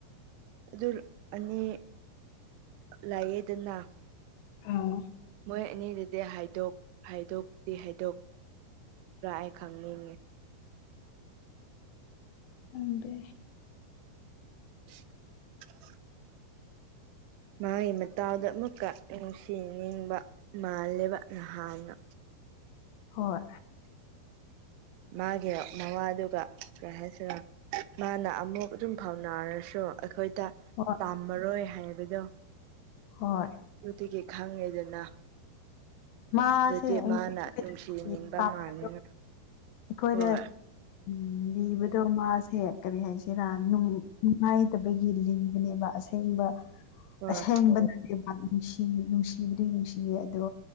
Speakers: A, on the right (about 85°); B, on the left (about 75°).
A: ꯑꯗꯨ ꯑꯅꯤ ꯂꯥꯢꯌꯦꯗꯅ
B: ꯑꯣ
A: ꯃꯣꯏ ꯑꯅꯤꯒꯤꯗꯤ ꯍꯥꯏꯗꯣꯛ ꯍꯥꯏꯗꯣꯛꯇꯤ ꯍꯥꯏꯗꯣꯛꯄ꯭ꯔꯥ ꯑꯩ ꯈꯪꯅꯤꯡꯉꯦ꯫
B: ꯍꯪꯗꯦ
A: <unintelligible> ꯃꯥꯒꯤ ꯃꯇꯥꯎꯗ ꯑꯃꯨꯛꯀ ꯅꯨꯡꯁꯤꯅꯤꯡꯕ ꯃꯥꯜꯂꯦꯕ ꯅꯍꯥꯟꯅ
B: ꯍꯣꯏ
A: ꯃꯥꯒꯤ ꯃꯋꯥꯗꯨꯒ ꯀꯩ ꯍꯥꯏꯁꯤꯔ ꯃꯥꯅ ꯑꯃꯨꯛ ꯑꯗꯨꯝ ꯐꯥꯎꯅꯔꯁꯨ ꯑꯩꯈꯣꯏ ꯇꯥ
B: ꯍꯣꯏ
A: ꯄꯥꯝꯃꯔꯣꯏ ꯍꯥꯏꯕꯗꯣ
B: ꯍꯣꯏ
A: ꯑꯗꯨꯗꯒꯤ ꯈꯪꯉꯦꯗꯅ
B: ꯃꯥꯁꯦ
A: ꯑꯗꯨꯗꯤ
B: ꯑꯩ ꯑꯩꯈꯣꯏꯗ
A: ꯃꯥꯅ ꯅꯨꯡꯁꯤ ꯅꯤꯡꯕ
B: ꯇꯥꯛꯄꯗꯣ
A: ꯃꯥꯜꯂꯦꯅ
B: ꯑꯩꯈꯣꯏꯗ
A: ꯍꯣꯏ
B: ꯎꯝ ꯂꯤꯕꯗꯣ ꯃꯥꯁꯦ ꯀꯔꯤ ꯍꯥꯏꯁꯤꯔꯥ ꯅꯨꯡ ꯉꯥꯏꯇꯕꯒꯤ ꯂꯤꯕꯅꯦꯕ ꯑꯁꯦꯡꯕ
A: ꯍꯣꯏ
B: ꯑꯁꯦꯡꯕ ꯅꯠꯇꯦꯕ ꯅꯨꯡꯁꯤ ꯅꯨꯡꯁꯤꯕꯗꯤ ꯅꯨꯡꯁꯤꯌꯦ ꯑꯗꯣ